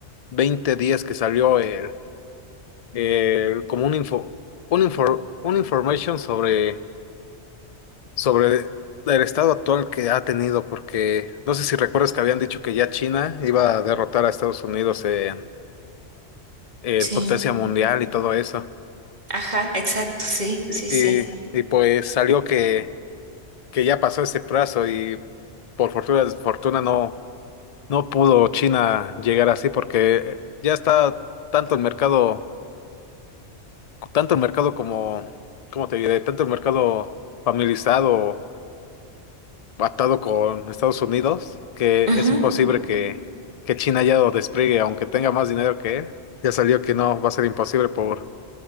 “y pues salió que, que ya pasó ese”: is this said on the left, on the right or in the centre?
Left